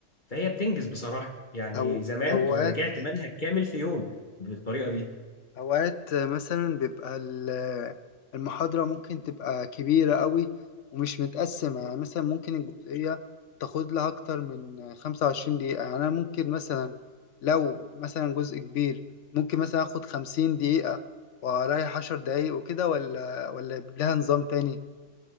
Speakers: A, on the left; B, on the left.
A: فهي بتنجز بصراحة يعني
B: او
A: زمان
B: اوقات
A: أنا رجعت منهج كامل في يوم بالطريقة دي
B: اوقات مثلا بيبقى ال- المحاضرة ممكن تبقى كبيرة قوي ومش متقسمة يعني مثلا ممكن الجزئية تاخد لها اكتر من 25 دقيقة يعني انا ممكن مثلا لو مثلا جزء كبير ممكن مثلا اخد 50 دقيقة واريح 10 دقايق وكده ولا ولا لها نظام تاني